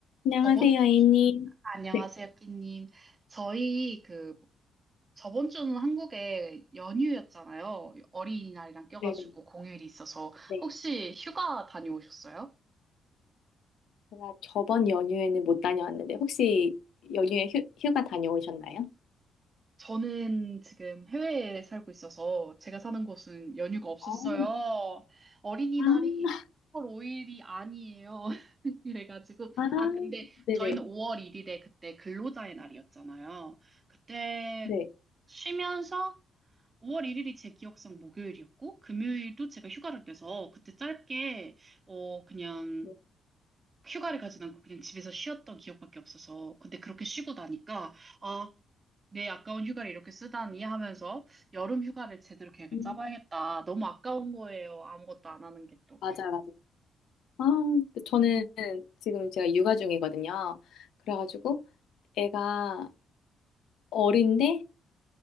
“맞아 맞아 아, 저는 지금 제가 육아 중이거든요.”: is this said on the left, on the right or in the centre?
Left